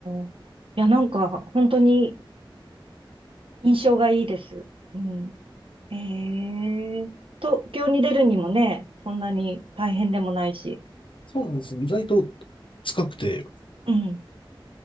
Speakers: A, on the right; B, on the left.
A: あ。いや、なんか、本当に印象がいいです。うん。ええ東京に出るにもね、そんなに大変でもないし。
B: そうなんですよ。意外と近くて、
A: うん。